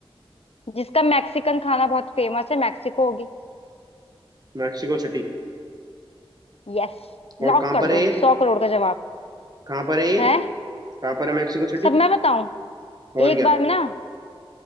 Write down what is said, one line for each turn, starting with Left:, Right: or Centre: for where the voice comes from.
Left: जिसका मैक्सिकन खाना बहुत फेमस है मैक्सिको होगी
Right: Mexico City
Left: यस
Right: और
Left: लॉक
Right: कहाँ
Left: कर
Right: पर है
Left: दो
Right: ये
Left: सौ करोड़ का जवाब
Right: कहाँ पर है ये
Left: है
Right: कहाँ पर है मैक्सिको सिटी
Left: सब मैं बताऊं
Right: और
Left: एक
Right: क्या
Left: बार में ना